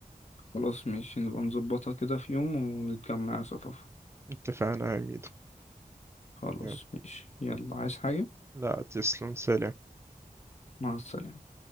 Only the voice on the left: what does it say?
خلاص ماشي نبقى نظبطها كده في يوم ونتجمع يا صفافة
خلاص
ماشي يلا عايز حاجة
مع السلامة